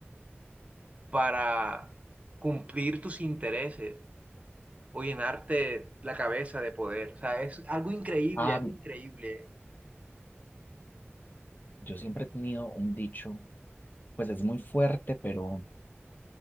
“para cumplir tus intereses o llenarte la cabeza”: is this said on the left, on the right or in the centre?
Right